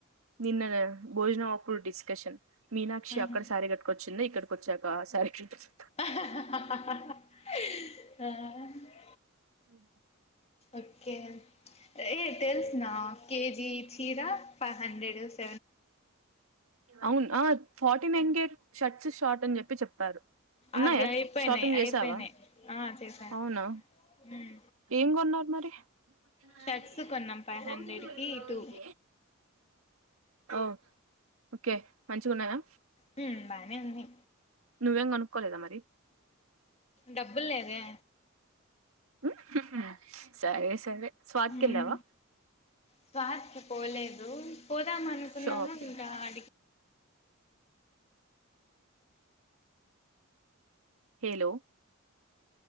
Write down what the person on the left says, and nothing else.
ఉహు
ఆ.
ఓకే. ఏ తెలుస్నా కేజీ చీరా, ఫైవ్ హండ్రెడ్. <unintelligible>
అవి అయిపోయినాయి
అయిపోయినాయి
ఆ చేసా
ఉమ్
షర్ట్స్ కొన్నాం ఫైవ్ హండ్రెడ్
కి
టూ
హ్మ్ బాయ్ వెన్ని
డబ్బులు లేవే
హ్మ్
స్వట్ <unintelligible> పోలే హలో <unintelligible> పోదాం అనుకున్నాము
ఇంకా అడికి